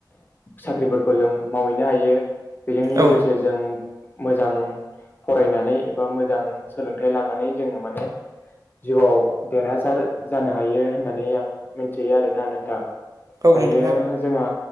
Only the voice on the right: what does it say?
औ
औ नोंथां
औ